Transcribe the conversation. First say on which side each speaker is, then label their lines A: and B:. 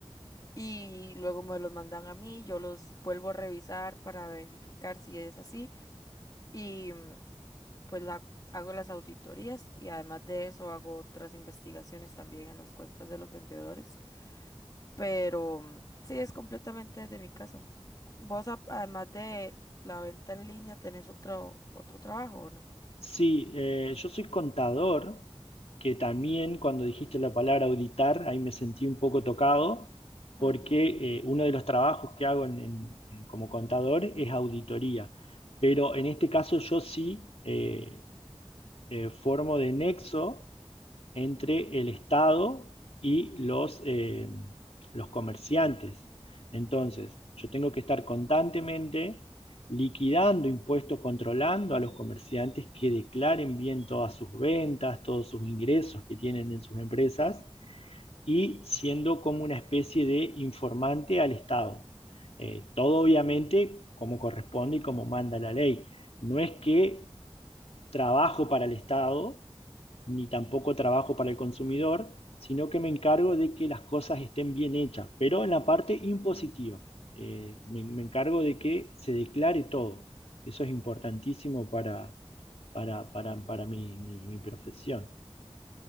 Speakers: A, on the left (about 35°); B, on the left (about 75°).
A: y luego me los mandan a mí, yo los vuelvo a revisar para verificar si es así y mm, pues la- hago las auditorías y además de eso hago otras investigaciones también en las cuentas de los vendedores, pero mm, sí es completamente desde mi casa. ¿Vos a- además de la venta en línea tenés otro, otro trabajo o
B: Sí, eh, yo soy contador, que también cuando dijiste la palabra auditar, ahí me sentí un poco tocado, porque
A: no?
B: eh, uno de los trabajos que hago en- en- en- como contador es auditoría. Pero en este caso yo sí eh, eh, formo de nexo entre el Estado y los, eh, los comerciantes. Entonces, yo tengo que estar constantemente liquidando impuestos, controlando a los comerciantes que declaren bien todas sus ventas, todos sus ingresos que tienen en sus empresas y siendo como una especie de informante al Estado. Eh, todo obviamente como corresponde y como manda la ley. No es que trabajo para el Estado, ni tampoco trabajo para el consumidor, sino que me encargo de que las cosas estén bien hechas, pero en la parte impositiva. Eh, me, me encargo de que se declare todo. Eso es importantísimo para, para, para, para mi, mi- mi profesión.